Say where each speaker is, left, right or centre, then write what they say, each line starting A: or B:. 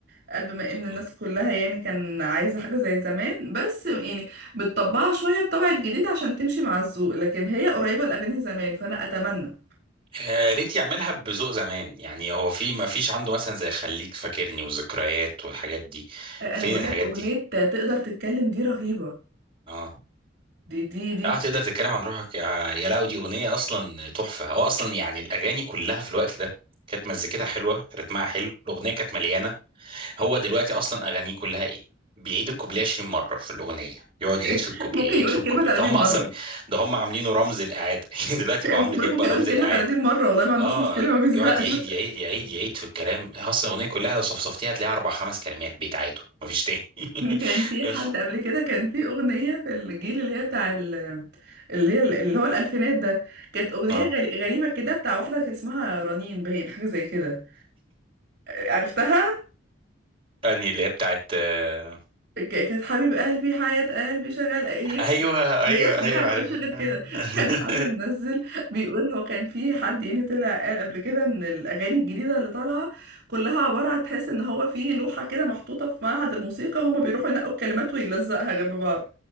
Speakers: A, on the right; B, on the right.
A: قال بما إن الناس
B: مم.
A: كلها يعني كان عايزة حاجة زي زمان بس يعني بتطبعها شوية بطبع الجديد عشان تمشي مع الذوق لكن هي قريبة الأغاني زمان فأنا أتمنى
B: يا ريت يعملها بذوق زمان يعني هو في ما فيش عنده مثلا زي خليك فاكرني وذكريات والحاجات دي
A: انا
B: فين
A: بقول
B: الحاجات
A: لك اغنيه
B: دي؟
A: تقدر تتكلم دي رهيبه
B: اه
A: دي دي دي
B: اه تقدر تتكلم عن روحك يا يا لا دي اغنيه اصلا تحفه هو اصلا يعني الاغاني كلها في الوقت ده كانت مزيكتها حلوه رتمها حلو الاغنيه كانت مليانه هو دلوقتي اصلا اغانيه كلها ايه بيعيد الكوبليه 20 مره في الاغنيه يقعد يعيد في
A: <laughs>
B: الكوبليه
A: ممكن
B: يعيد
A: يقول
B: في
A: الكلمه
B: الكوبليه
A: 30
B: ده هم اصلا
A: مره <laughs>
B: ده هم عاملينه رمز الاعاده <laughs> دلوقتي بقى
A: ممكن
B: عمرو دياب
A: بقولك ممكن
B: بقى
A: يقول
B: رمز
A: الكلمه
B: الاعاده
A: 30 مره والله ما عندوش
B: اه
A: مشكله ما بيزهقش
B: يقعد يعيد
A: <laughs>
B: يعيد يعيد يعيد في الكلام اصلا الاغنيه كلها لو صفصفتيها هتلاقيها اربع خمس كلمات بيتعادوا مفيش تاني
A: كان في
B: <laughs>
A: حد قبل كده كان في اغنيه في الجيل اللي هي بتاع ال- اللي هي اللي هو الالفينات ده كانت اغنيه
B: اه
A: غري- غريبه كده بتاع واحده كان اسمها رنين باين حاجه زي كده عرفتها
B: انهي اللي هي بتاعت آه،
A: ك- كانت حبيب قلبي حياة قلبي شغال هي
B: ايوه ايوه
A: هي كلها
B: ايوه
A: بتقولش
B: عارف
A: غير كده <laughs>
B: <laughs>
A: كان حد منزل بيقول هو كان في حد يعني طلع قال قبل كده ان الاغاني الجديده اللي طالعه كلها عباره عن تحس ان هو في لوحه كده محطوطه في معهد الموسيقى هما بيروحوا ينقوا الكلمات ويلزقها جنب بعض